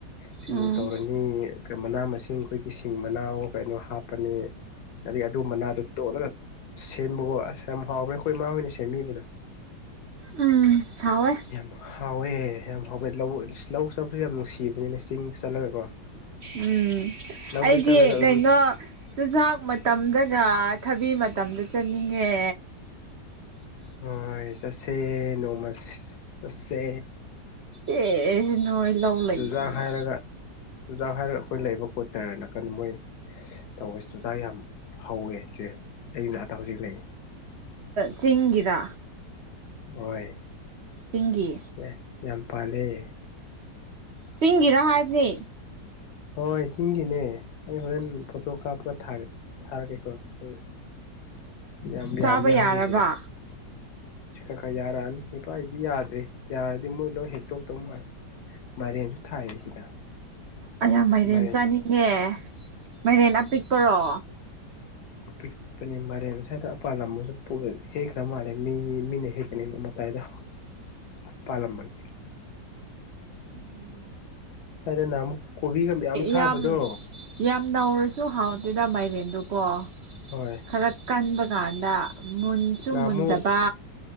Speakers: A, on the left; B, on the right.
A: ꯁꯤꯡꯖꯨ
B: ꯎꯝ
A: ꯇꯧꯔ ꯅꯤ ꯀꯩ ꯃꯅꯥ ꯃꯁꯤꯡ ꯑꯩꯈꯣꯏꯒꯤ ꯁꯤꯡ ꯃꯅꯥꯋ‌ꯣ ꯀꯩꯅꯣ ꯍꯥꯞꯄꯅꯤ ꯑꯗꯒꯤ ꯑꯗꯨ ꯃꯅꯥꯗ‌ꯣ ꯇꯣꯠꯂꯒ ꯁꯦꯝꯕꯒꯣ ꯑꯁ ꯌꯥꯝ ꯍꯥꯎꯕꯅ‌ꯦ ꯑꯩꯈꯣꯏ ꯏꯃꯥ ꯍꯣꯏꯅ ꯁꯦꯝꯕꯤꯕꯗꯣ
B: ꯎꯝ ꯊꯥꯎꯋꯦ
A: ꯌꯥꯝ ꯍꯥꯎꯋꯦ ꯌꯥꯝ ꯍꯥꯎꯕꯅ ꯂꯧ ꯏꯁ ꯂꯧ ꯆꯠꯄꯁꯨ ꯌꯥꯝ ꯅꯨꯡꯁꯤꯕꯅꯤꯅ‌ꯦ ꯆꯤꯡꯗ ꯆꯠꯂꯒ ꯀꯣ
B: ꯎꯝ
A: ꯂꯧꯗ
B: ꯑꯩꯗꯤ
A: ꯑꯗꯨꯝ
B: ꯀꯩꯅꯣ ꯆꯨꯖꯥꯛ ꯃꯇꯝꯗꯒ ꯊꯕꯤ ꯃꯇꯝꯗ ꯆꯠꯅꯤꯡꯉꯦ
A: ꯍꯣꯏ ꯆꯠꯁꯦ ꯅꯣꯡꯃ ꯆꯠꯁꯦ
B: ꯑꯦ ꯅꯣꯏ ꯂꯧ
A: ꯆꯨꯖꯥꯛ
B: ꯂꯩꯗ꯭ꯔꯒ
A: ꯍꯥꯏꯔꯒ ꯆꯨꯖꯥꯛ ꯍꯥꯏꯔꯒ ꯑꯩꯈꯣꯏ ꯂꯩꯕ ꯀꯣꯠꯇꯔ ꯅꯥꯀꯥꯟꯗ ꯃꯣꯏ ꯇꯧꯕꯁꯤ ꯆꯨꯆꯥꯛ ꯌꯥꯝ ꯍꯧꯋꯦ ꯍꯧꯖꯤꯛꯁꯦ ꯑꯩꯒꯤ ꯑꯥꯛꯗ ꯍꯧꯖꯤꯛ ꯂꯩ
B: ꯆꯤꯒꯤꯔ
A: ꯍꯣꯏ
B: ꯆꯤꯡꯒꯤ
A: ꯑꯦ ꯌꯥꯝ ꯄꯥꯜꯂꯌꯦ
B: ꯆꯤꯡꯒꯤꯔꯥ ꯍꯥꯏꯕꯅꯦ
A: ꯍꯣꯏ ꯆꯤꯡꯒꯤꯅꯦ ꯑꯩ ꯍꯣꯔꯦꯟ ꯐꯣꯇꯣ ꯀꯥꯞꯄꯒ ꯊꯥꯔꯛꯒꯦꯀꯣ ꯎꯝ ꯌꯥꯝ
B: ꯆꯥꯕ
A: ꯌꯥꯝꯃꯦ
B: ꯌꯥꯔꯕ
A: ꯍꯧꯔꯤꯁꯦ ꯁꯤ ꯈꯔ ꯈꯔ ꯌꯥꯔꯛꯑꯅꯤ ꯏꯄꯥꯥꯒꯤꯗꯤ ꯌꯥꯗ꯭ꯔꯦ ꯌꯥꯔꯗꯤ ꯃꯣꯏ ꯂꯣꯏ ꯍꯦꯛꯇꯣꯛꯇꯧ ꯃꯥꯂꯦ ꯃꯥ ꯊꯥꯏꯌꯦ ꯁꯤꯗ
B: ꯑꯩꯅ ꯃꯥꯏꯔꯦꯟ
A: ꯃꯥꯏꯔꯦꯟꯁꯦ
B: ꯆꯥꯅꯤꯡꯉꯦ ꯃꯥꯏꯔꯦꯟ ꯑꯄꯤꯛꯄꯔꯣ
A: ꯑꯄꯤꯛꯕ ꯃꯥꯏꯔꯦꯟ ꯑꯥꯁ꯭ꯋꯥꯏꯗ ꯄꯥꯜꯂꯝꯕꯁꯨ ꯍꯦꯛꯈ꯭ꯔ ꯃꯥꯜꯂꯦ ꯃꯤ ꯃꯤꯅ ꯍꯦꯛꯀꯅꯤꯅ ꯃꯇꯥꯏꯗ
B: <inaudible>
A: ꯄꯥꯜꯂꯝꯕꯅꯦ
B: ꯎꯝ
A: ꯁꯥꯏꯗ ꯅꯍꯥꯟꯃꯨꯛ ꯀꯣꯕꯤꯒ ꯃꯌꯥꯝ ꯊꯥꯕꯗꯣ
B: ꯌꯥꯝ ꯌꯥꯝ ꯅꯧꯔꯁꯨ ꯍꯥꯎꯗꯣꯏꯗ ꯃꯥꯏꯔꯦꯟꯗꯨꯀꯣ
A: ꯍꯣꯏ
B: ꯈꯔ ꯀꯟꯕ ꯀꯥꯟꯗ ꯃꯨꯟꯁꯨ
A: ꯅꯍꯥꯟꯃꯨꯛ
B: ꯃꯨꯟꯗꯕ